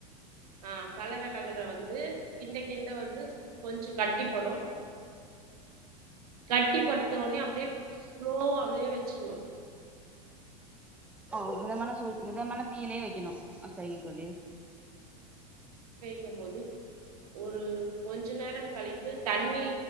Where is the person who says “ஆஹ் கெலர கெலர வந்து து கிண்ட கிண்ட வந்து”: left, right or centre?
Right